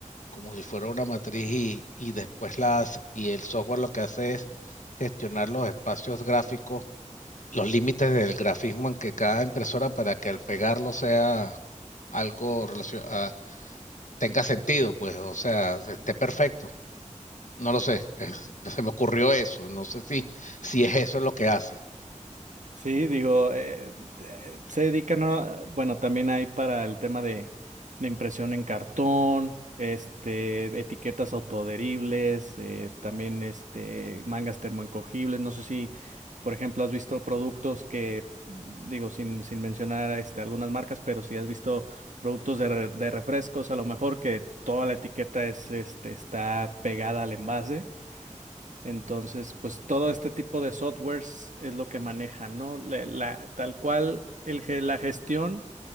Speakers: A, on the left; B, on the right.
A: como si fuera una matriz y, y después las y el software lo que hace es gestionar los espacios gráficos, los límites del grafismo en que cada impresora para que al pegarlo sea algo relacion- ah, tenga sentido, pues, o sea, esté perfecto. No lo sé, es- <laughs> se me ocurrió eso, no sé si, si es eso lo que hace,
B: Sí, digo, eh, eh, se dedican a, bueno, también hay para el tema de, de impresión en cartón, este, etiquetas autoadheribles, eh, también este, mangas termoencogibles. No sé si, por ejemplo, has visto productos que, digo, sin, sin mencionar este, algunas marcas, pero si has visto productos de, re- de refrescos, a lo mejor que toda la etiqueta es, este, está pegada al envase. Entonces, pues todo este tipo de softwares es lo que maneja, ¿no? La, la- tal cual el, ge- la gestión